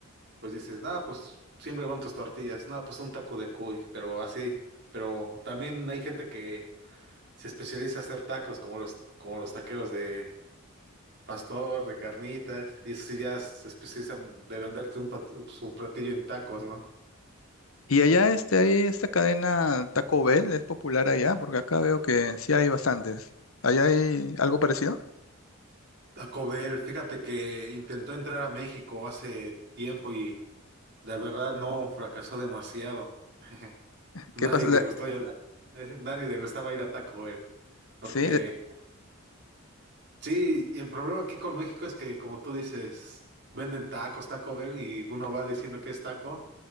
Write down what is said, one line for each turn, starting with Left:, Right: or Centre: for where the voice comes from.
Right: pues dices, ah, pues siempre van tus tortillas, no, pues un taco de cuy, pero así, pero también hay gente que se especializa a hacer tacos, como los, como los taqueros de pastor, de carnitas, y eso sí ya se especializan de venderte un pat- su platillo en tacos, ¿no?
Left: Y allá, este, ahí esta cadena Taco Bell es popular allá, porque acá veo que sí hay bastantes. ¿Allá hay algo parecido?
Right: Taco Bell, fíjate que intentó entrar a México hace tiempo y la verdad no, fracasó demasiado. <laughs> Nadie
Left: ¿Qué pasa?
Right: le gustó, <laughs> pasa? nadie le gustaba ir a Taco Bell, porque
Left: Sí,
Right: Sí, y el problema aquí con México es que, como tú dices, venden tacos, Taco Bell, y uno va diciendo que es taco,